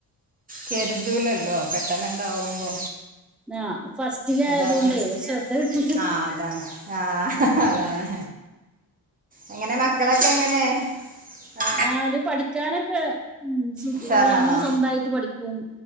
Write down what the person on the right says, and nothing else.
കരുതലല്ലോ പെട്ടന ഉണ്ടാവുമ്പോ
അതാണ്ആഹ്
അതാണ് ആഹ് അതാണ് അങ്ങനെ മക്കളൊക്കെ എങ്ങനെ ആ,
ഉഷാറാണോ